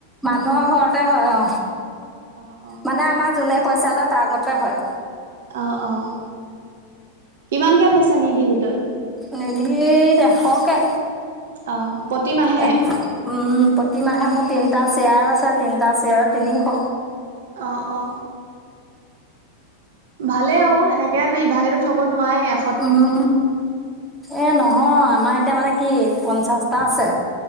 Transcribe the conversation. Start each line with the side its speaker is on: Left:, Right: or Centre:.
Centre: মানুহৰ ঘৰতে হয় অ
Right: অ', অ'।
Centre: মানে আমাৰ যোনে পইচা লয় তাৰ ঘতে হয়।
Right: অ অ কিমানকে থৈছে নিধি গোটত।
Centre: নিধি এশকে।
Right: অ প্ৰতিমাহে।
Centre: এ উম প্ৰতিমাহে মোৰ তিনিটা শ্বেয়াৰ আছে তিনিটা শ্বেয়াৰ তিনিশ।
Right: অ অ। ভালেই অক এনেকে দি ইভাগেটো থব নোৱাৰে আও
Centre: অ অ, এ নহয় আমাৰ এতিয়া মানে কি পঞ্চাশটা আছে।